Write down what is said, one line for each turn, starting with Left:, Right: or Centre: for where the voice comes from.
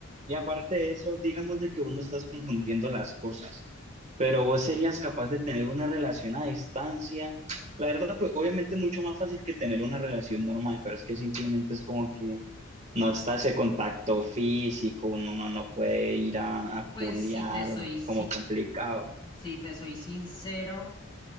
Right: Y aparte de eso, digamos de que uno estás confundiendo las cosas, pero vos serías capaz de tener una relación a distancia. La verdad, pues, obviamente es mucho más fácil que tener una relación normal, pero es que simplemente es como que no está ese contacto físico, uno, uno no puede ir a, a
Left: Pues
Right: culiar,
Left: si te soy, si-
Right: como complicado.
Left: Si te soy sincero,